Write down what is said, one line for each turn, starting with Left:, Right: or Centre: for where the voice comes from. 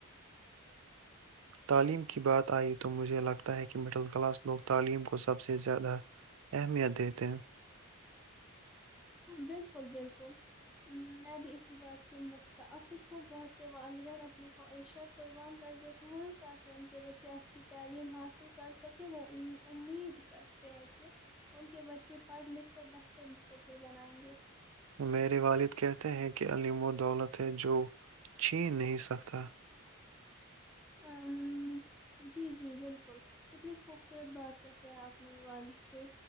Right: تعلیم کی بات آئی تو مجھے لگتا ہے کہ مڈل کلاس لوگ تعلیم کو سب سے زیادہ اہمیت دیتے ہیں
Centre: بالکل بالکل میں بھی اسی بات سے متفق ہوں بہت سے والدین اپنی خواہشت قربان کر دیتے ہ تاکہ ان کے بچے اچھی تعلیم حاصل کر سکیں وہ امید رکھتے ہیں کہ ان کے بچے پڑھ لکھ کر بہتر <unintelligible> تک بھی بنائیں گے
Right: میرے والد کہتے ہیں کہ عم وہ دولت ہے جو چھین نہیں سکتا <unintelligible>
Centre: ہ جی جی بالکل کتنی خوبصورت بات کہتے ہیں آپ نے والد بھی